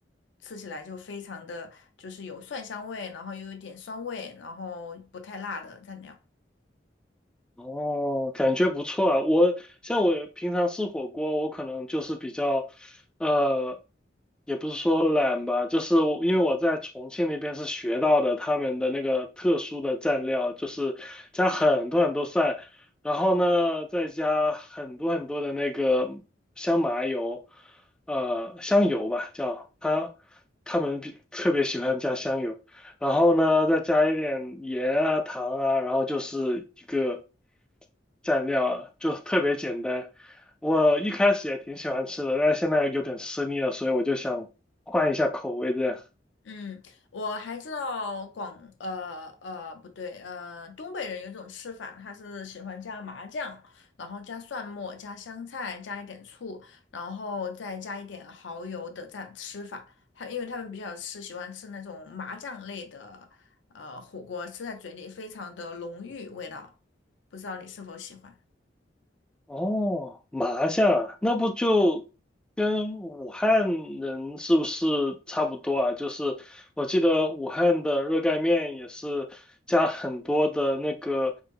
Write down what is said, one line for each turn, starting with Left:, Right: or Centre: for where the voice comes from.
Left: 吃起来就非常的就是有蒜香味，然后又有点酸味，然后不太辣的蘸料。
Centre: 哦，感觉不错啊。我像我平常吃火锅，我可能就是比较，呃，也不是说懒吧，就是我因为我在重庆那边是学到的他们的那个特殊的蘸料，就是加很多很多蒜，然后呢再加很多很多的那个香麻油，呃，香油吧叫他他们比特别喜欢加香油。然后呢，再加一点盐啊、糖啊，然后就是一个。蘸料啊，就特别简单。我一开始也挺喜欢吃的，但是现在有点吃腻了，所以我就想换一下口味这样。
Left: 嗯，我还知道广呃呃不对呃东北人有一种吃法，他是喜欢加麻酱，然后加蒜末、加香菜、加一点醋，然后再加一点蚝油的蘸吃法。他因为他们比较吃喜欢吃那种麻酱类的呃火锅，吃在嘴里非常的浓郁味道，不知道你是否喜欢？
Centre: 哦，麻酱，那不就跟武汉人是不是差不多啊？就是我记得武汉的热干面也是加很多的那个